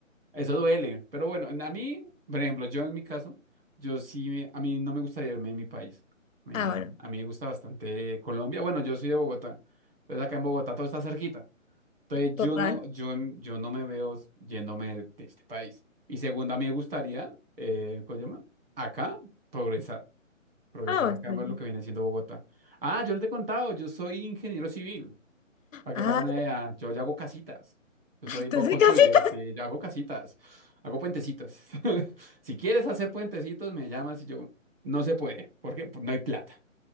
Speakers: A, on the right; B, on the left.
A: eso duele, pero bueno, a mí, por ejemplo, yo en mi caso, yo sí, me- a mí no me gustaría irme de mi país. Me-
B: Ah, bueno,
A: a mí me gusta bastante Colombia. Bueno, yo soy de Bogotá, entonces acá en Bogotá todo está cerquita. Entonces yo
B: total.
A: no, yo, yo no me veo yéndome de este país. Y segundo, a mí me gustaría, eh, ¿cómo se llama? Acá, progresar, progresar
B: Ah, bueno,
A: acá,
B: está
A: ver
B: bien.
A: lo que viene siendo Bogotá. Ah, yo no te he contado, yo soy ingeniero civil. Para
B: Ah,
A: que te hagan una idea, yo yo hago casitas. Yo
B: <laughs>
A: soy
B: entonces
A: Bob Construye,
B: casi...
A: sí, yo hago casitas, hago puentecitos. <laughs> Si quieres hacer puentecitos, me llamas y yo, no se puede, porque pues, no hay plata.